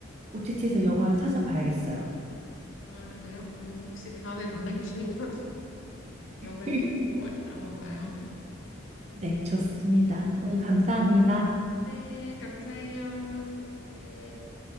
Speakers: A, on the right; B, on the left.
A: OTT에서 영화를 찾아봐야겠어요.
B: 아, 그래요? 그럼 혹시 다음에 만나게 되면 <laughs> 영화
A: <laughs>
B: 얘기 또 나눠봐요.
A: 네, 좋습니다. 음, 감사합니다.
B: 네, 감사해요. 네.